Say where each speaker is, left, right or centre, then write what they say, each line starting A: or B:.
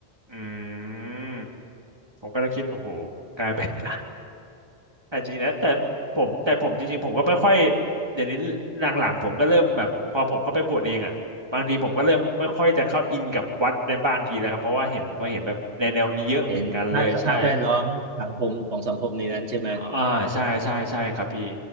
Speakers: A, on the right; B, on the right.
A: อืมผมก็เลยคิดโอ้โหกลายเป็น <laughs> อาจจะนะแต่ผมแต่ผมจริงๆผมก็ไม่ค่อยเดี๋ยวนี้หลังๆผมก็เริ่มแบบพอผมเข้าไปบวชเองอ่ะบางทีผมก็เริ่มไม่ค่อยจะเข้าอินกับวัดในบางทีแล้วครับเพราะว่าเห็นพอเห็นแบบแนวแนวนี้เยอะเหมือนกันเลยใช่
B: เห็นภาพสภาพแวดล้อมสังคมของสังคมในนั้นใช่ไหม
A: อ่าใช่ใช่ใช่ครับพี่